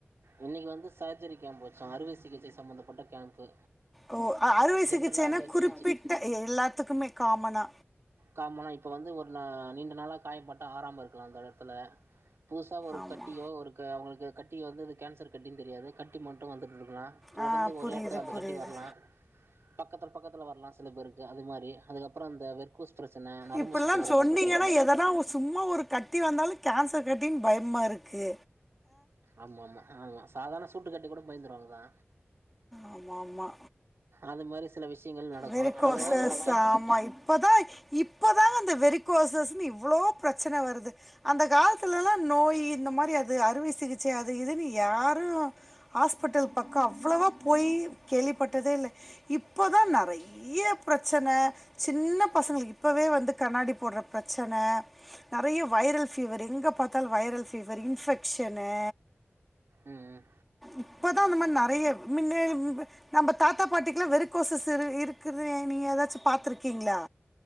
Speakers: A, on the right (about 80°); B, in the centre.
A: இன்னக்கி வந்து சர்ஜரி கேம்ப் வச்சோ அறுவை சிகிச்சை சம்பந்தப்பட்ட கேம்ப்பு
B: ஓ அறுவை
A: ஜென்ரலா
B: சிகிச்சைன்னா
A: அறுவை
B: குறிப்பிட்ட
A: சிகிச்சை
B: எல்லாத்துக்குமே காமனா
A: காமனா இப்போ வந்து ஒரு நா நீண்ட நாளா காயப்பட்டா ஆராம இருக்குல்லா அந்த எடத்துல புதுசா ஒரு
B: ஆமா
A: கட்டியோ ஒரு க அவங்களுக்கு கட்டியோ வந்து இது கேன்சர் கட்டின்னு தெரியாது கட்டி மட்டு வந்து இருந்ததுனா தொடர்ந்து
B: ஆ
A: ஒரே
B: புரியுது
A: எடத்துல அந்த
B: புரியுது
A: கட்டி வர்லா பக்கத்து பக்கத்துல வரலா சில பேருக்கு அது மாரி அதுக்கப்பறொ அந்த கூஸ் பிரச்சன நரம்பு
B: இப்படிலாம்
A: சுத்துகிற
B: சொன்னீங்கன்னா
A: போன்ற பிரச்சன
B: எதனா ஒரு- சும்மா ஒரு கட்டி வந்தாலு கேன்சர் கட்டின் பயம்மாருக்கு
A: ஆமா மா ஆமா சாதாரண சூட்டுக்கட்டி கூட பயந்துருவாங்க தா
B: ஆமா மா
A: அது மாரி சில விஷயங்கள் நடக்கு
B: வெறிக்கோசஷ்
A: அதெல்லா இப்ப கே
B: ஆமா இப் இப்பதா இப்பதாங்க இந்த வெறி கோசஸ்ன்னு இவ்ளோ பிரச்சன வருது அந்த காலத்துலெல்லா நோய் இந்த மாரி அது அறுவை சிகிச்சை அது இதுன்னு யாரு ஹாஸ்பிட்டல் பக்கொ அவ்வளவா போய் கேள்விப்பட்டதே இல்ல இப்பதா நறை ய்ய பிரச்சன சின்ன பசங்களுக்கு இப்பவே வந்து கண்ணாடி போட்ற பிரச்சன நெறைய வைரல் ஃபீவர் எங்க பாத்தாலு வைரல் ஃபீவர் இன்ஃபெக்க்ஷனு
A: உம் உம்
B: இப்ப தா அந்த மாரி நெறைய மின்னே நம்ம தாத்தா பாட்டிக்கெல்லா வெறிக் கோசஸ் இரு இருக்குனு நீங்க ஏதாச்சு பாத்துருக்கீங்ளா